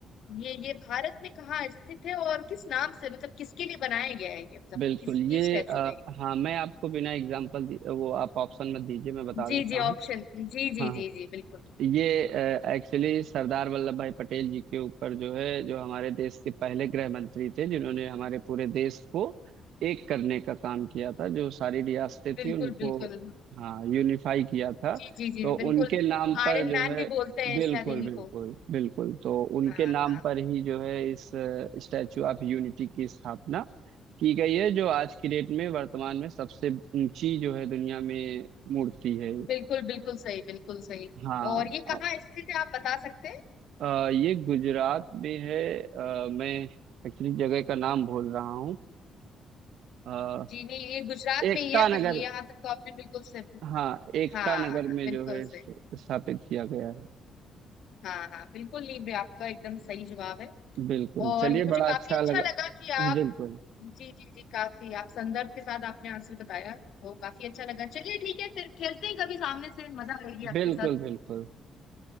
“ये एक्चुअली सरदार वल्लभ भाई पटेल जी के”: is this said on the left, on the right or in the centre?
Right